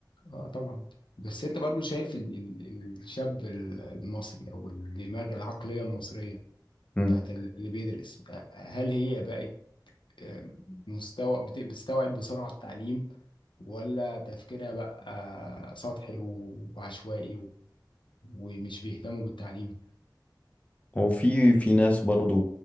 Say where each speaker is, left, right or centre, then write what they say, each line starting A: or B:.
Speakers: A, on the left; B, on the left.
A: اه طبعا بس انت برضو شايف ال ال الشاب ال- المصري او الدماغ العقليه المصريه
B: مم.
A: بتاعت ال- اللي بيدرس آه، هل هي بقت آه، مستوى بت- بتستوعب بسرعه التعليم ولا تفكيرها بقى آه، سطحي و- وعشوائي و- ومش بيهتموا بالتعليم
B: هو في في ناس برضو